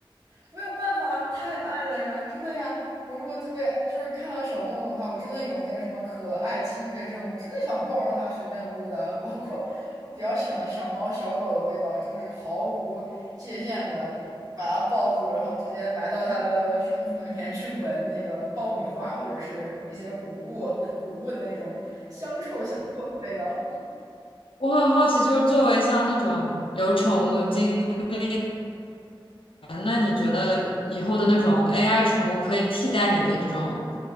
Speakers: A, on the right; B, on the left.
A: 没有办法，太爱了呀，真的呀！我如果特别就是看到小动物的话，我真的有那个什么可爱侵略症，我真的想抱着它随便撸的。<laughs> 包括我比较喜欢小猫小狗的味道，真的是毫无界限的，就是把它抱住，然后直接埋到它的胸脯里面去闻那个爆米花或者是一些谷物谷物的那种香臭香臭的味道。
B: 我很好奇，就是作为像那种有宠物经验，那你觉得以后的那种 AI 宠物可以替代你的这种